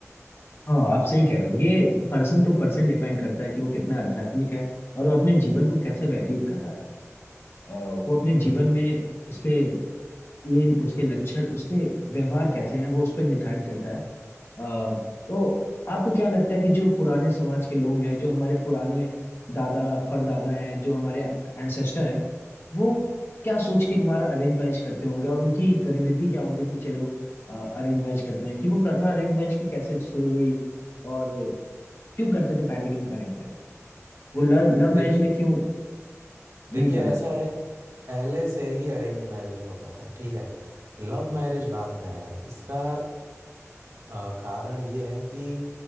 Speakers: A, on the left; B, on the right.
A: हाँ आप सही कह रहे हो ये पर्सन टू पर्सन डिपेंड करता है कि वो कितना आध्यात्मिक है और वो अपने जीवन को कैसे व्यतीत कर रहा है अ, वो अपने
B: बिल्कुल
A: जीवन में उसके एम उसके लक्षण उसके व्यवहार कैसे हैं वो उस पर निर्धारित करता है अ, तो आपको क्या लगता है कि जो पुराने समाज के लोग हैं जो हमारे पुराने दादा परदादा हैं जो हमारे एंसेस्टर हैं वो क्या सोच के हमारा अरेंज मैरिज करते होंगे और उनकी गतिविधि क्या होगी कि चलो अरेंज मैरिज करते हैं कि वो प्रथा अरेंज मैरिज की कैसे शुरू हुई और क्यों करते थे पहले के मैरिज मैरिज वो लव लव
B: देखिए
A: मैरिज में क्यों
B: देखिए
A: नहीं जाना
B: ऐसा
A: चाहते
B: है कि पहले से ही अरेंज मैरिज होता था ठीक है लव मैरिज बाद में आया इसका अ, कारण ये है कि